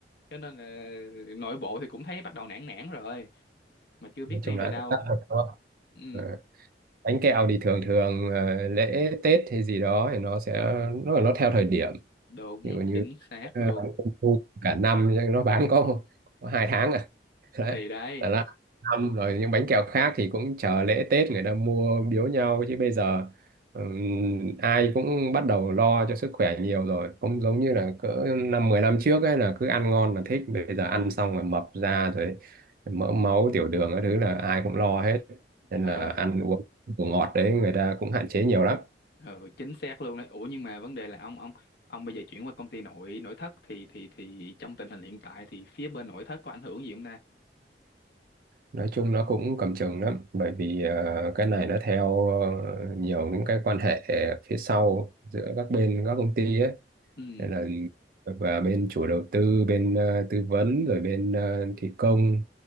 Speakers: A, on the left (about 60°); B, on the right (about 55°).
A: cho nên là nội bộ thì cũng thấy bắt đầu nản nản rồi mà chưa biết
B: nói
A: đi
B: chung
A: về
B: là
A: đâu
B: cũng tắt thật đúng không
A: ừ
B: Ờ, bánh kẹo thì thường thường ờ, lễ Tết hay gì đó thì nó sẽ nó nó theo thời điểm
A: đúng
B: ví dụ như
A: chính xác
B: ờ,
A: luôn
B: bán trung thu cả năm nhưng nó bán có, có hai tháng à <laughs> đấy
A: thì đấy
B: là nó năm rồi những bánh kẹo khác thì cũng chờ lễ Tết người ta mua biếu nhau chứ bây giờ ừm, ai cũng bắt đầu lo cho sức khỏe nhiều rồi không giống như là cỡ năm 10 năm trước ấy là cứ ăn ngon là thích bây giờ ăn xong rồi mập ra rồi mỡ máu tiểu đường cái thứ là ai cũng lo hết nên
A: ừ
B: là ăn uống đồ ngọt đấy người ta cũng hạn chế nhiều lắm
A: Ừ, chính xác luôn đấy. Ủa nhưng mà vấn đề là ông ông ông bây giờ chuyển qua công ty nội nội thất thì thì thì trong tình hình hiện tại thì phía bên nội thất có ảnh hưởng gì không ta?
B: nói chung nó cũng cầm chừng lắm bởi vì ờ, cái này nó theo ờ, nhiều những cái quan hệ phía sau giữa các bên các công ty ấy
A: Ừ.
B: nên là và bên chủ đầu tư bên ờ, tư vấn rồi bên ờ, thi công